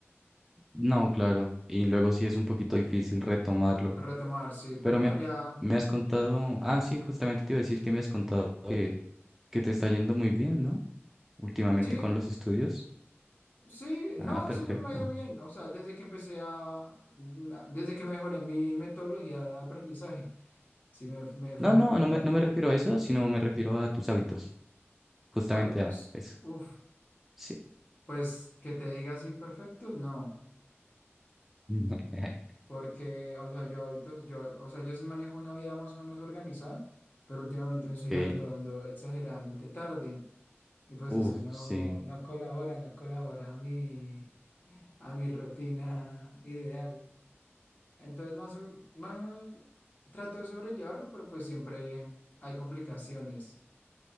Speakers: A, in the centre; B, on the left (about 40°).
A: No, claro, y luego sí es un poquito difícil retomarlo.
B: a retomar, sí, pero
A: Pero me,
B: no, ya,
A: me has contado, ah, sí, justamente te iba a decir que me has contado que, que te está yendo muy bien, ¿no? Últimamente
B: sí,
A: con los estudios.
B: sí,
A: Ah,
B: no,
A: perfecto.
B: siempre me ha ido bien, o sea, desde que empecé a, mm, desde que mejoré mi metodología de aprendizaje, sí me, me
A: No,
B: fue muy
A: no,
B: bien.
A: no me, no me refiero a eso, sino me refiero a tus hábitos, justamente
B: Hábitos,
A: a eso.
B: uff,
A: Sí.
B: pues que te diga así perfectos, no,
A: <laughs>
B: porque, o sea, yo hábitos, yo, o sea, yo sí manejo una vida más o menos organizada, pero últimamente me estoy
A: Ok.
B: levantando exageradamente tarde. Y pues
A: Uf,
B: eso no,
A: sí.
B: no colabora, no colabora a mi, a mi rutina ideal. Entonces más, o más trato de sobrellevarlo, pero pues siempre hay complicaciones.